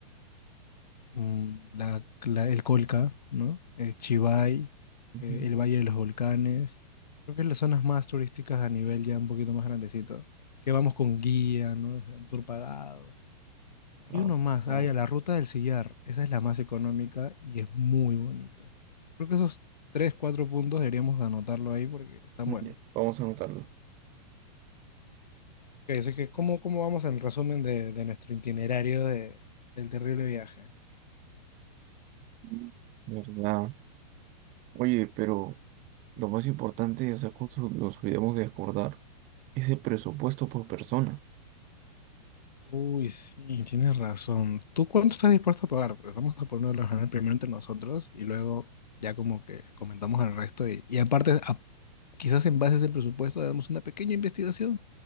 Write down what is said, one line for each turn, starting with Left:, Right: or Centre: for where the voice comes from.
Left: Mm, la- la- el Colca, ¿no? Eh, Chivay,
Right: ujú.
Left: eh, el Valle de los Volcanes. Creo que es las zonas más turísticas a nivel ya un poquito más grandecito. Que vamos con guía, ¿no? O sea, un tour pagado. Hay
Right: Ah,
Left: uno más,
Right: ah,
Left: hay a la Ruta del Sillar. Esa es la más económica y es muy bonita. Creo que esos 3 4 puntos deberíamos anotarlo ahí porque están buenos.
Right: ya, Vamos a anotarlo.
Left: Ok, así que ¿cómo, cómo vamos en resumen de, de nuestro itinerario de- del terrible viaje?
Right: Mm, ¿Verdad? Oye, pero Lo más importante es que nos olvidemos de acordar ese presupuesto por persona.
Left: Uy, sí, tienes razón. ¿Tú cuánto estás dispuesto a pagar? Pues vamos a ponerlo a ganar primero entre nosotros y luego ya como que comentamos al resto y, y aparte, a- quizás en base a ese presupuesto, hagamos una pequeña investigación